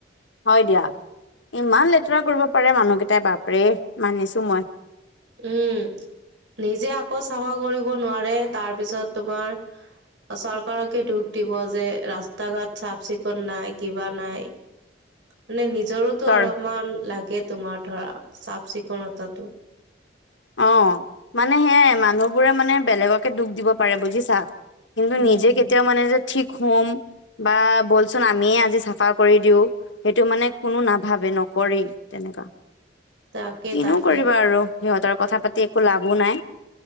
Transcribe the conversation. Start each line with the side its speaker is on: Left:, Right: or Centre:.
Left: হয় দিয়া। ইমান লেতেৰা কৰিব পাৰে মানুহকেইটাই বাপৰে মানিছো মই।
Right: উম নিজে আকৌ চাফা কৰিব নোৱাৰে তাৰপিছত তোমাৰ চৰকাৰকে দুখ দিব যে ৰাস্তা ঘাট চাফ চিকুণ নাই কিবা নাই। মানে নিজৰোতো
Left: চৰ
Right: অলপমান লাগে তোমাৰ ধৰা চাফ চিকুণতাটো
Left: অ মানে সেয়াই মানুহবোৰে মানে বেলেগকে দুখ দিব পাৰে বুজিছা। কিন্তু
Right: উম
Left: নিজে
Right: হম
Left: কেতিয়াও মানে যে ঠিক হ'ম। বা ব'লচোন আমিয়ে আজি চাফা কৰি দিওঁ সেইটো মানে কোনো নাভাবে নকৰেই তেনেকুৱা।
Right: তাকে
Left: কিনো
Right: তাকে
Left: কৰিবা আৰু সিহঁতৰ কথা পাতি একো লাভো নাই।